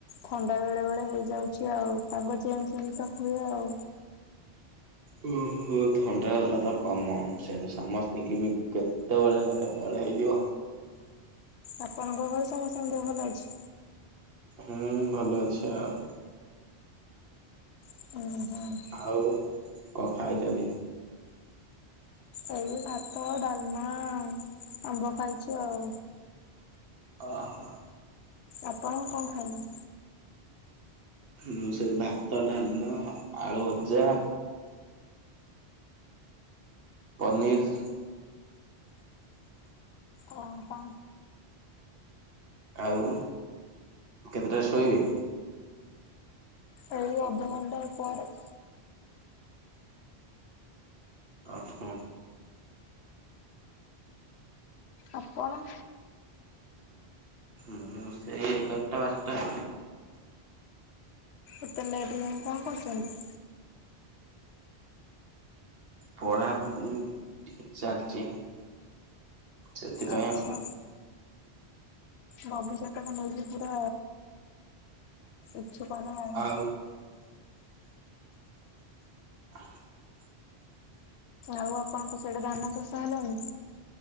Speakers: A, on the left; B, on the right.
A: ଥଣ୍ଡା ବେଳେ ବେଳେ ହେଇଯାଉଚି। ଚି ଆଉ ପାଗ ଚେଞ୍ଜ୍ ହେଲେ ତ ହୁଏ ଆଉ।
B: ଓ ହୋ ଥଣ୍ଡା ହେବା ତ କମନ୍ ସେତ ସମସ୍ତିଙ୍କି ବି ସେତବେଳେ ଲକ୍ଷେ ପରେ ହେଇଯିବ।
A: ଆପଣଙ୍କ ଘରେ ସମସ୍ତଙ୍କ ଦେହ ଭଲ ଅଛି।
B: ହୁଁ ଭଲ ଅଛି ଆଉ।
A: ଓହୋ
B: ଆଉ କ'ଣ ଖାଇଚନ୍ତି?
A: ଏଇ ଭାତ, ଡାଲମା, ଆମ୍ବ ଖାଇଚି ଆଉ।
B: ଓହୋ
A: ଆପଣ କ'ଣ ଖାଇବେ?
B: ମୁଁ ସେଇ ଭାତ, ଡାଲମା, ଆଳୁ ଭଜା ପନିର୍।
A: ଆଉ କ'ଣ?
B: ଆଉ କେତେଟାରେ ଶୋଇବେ?
A: ଆଉ ଅଧ ଘଣ୍ଟାଏ ପରେ।
B: ଓହୋ।
A: ଆପଣ?
B: ମୁଁ ସେଇ ଏଗାର୍ ଟା ବାର୍ ଟା।
A: ଏତେ ଲେଟ୍ ଯାଏ କ'ଣ କରୁଚନ୍ତି?
B: ପଢାପଢି ଟିକେ ଚାଲିଚି ସେଥିପାଇଁ
A: ଆଚ୍ଛା
B: ଆଉ।
A: ଭବିଷ୍ୟତକୁ ନେଇକି ପୁରା ଇଚ୍ଛୁକ ଆଉ।
B: ଓହୁ <unintelligible>
A: ଆଉ ଆପଣଙ୍କ ସାଡେ ଧାନ ଚାଷ ହେଲାଣି?